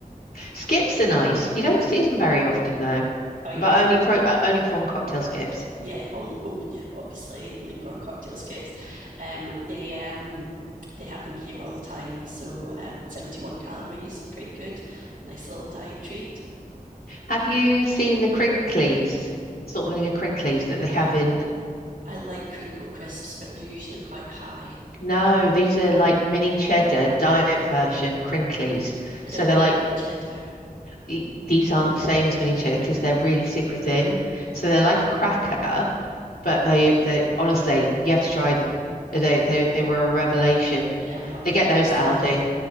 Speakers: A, on the left; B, on the right.
A: skips are nice. You don't see them very often though,
B: Oh, you-
A: but only pro uh, only prawn cocktail skips.
B: yeah, only oh yeah, obviously only prawn cocktail skips. Um, they um they have them here all the time. So um, 71 calories, pretty good, nice little diet treat.
A: Have you seen the crinklies, salt vinegar crinklies that they
B: Oh,
A: have in?
B: I like crinkle crisps, but they're usually quite high.
A: No, these are like mini cheddar diet version crinklies.
B: I don't
A: So
B: like
A: they're like
B: mini cheddar.
A: e- these aren't the same as mini cheddar because they're really super thin. So they're like a cracker, But they they honestly, you have to try them. They
B: Um,
A: they they were a revelation.
B: yeah, I'm not
A: They
B: convinced
A: get those at
B: about
A: Aldi.
B: that.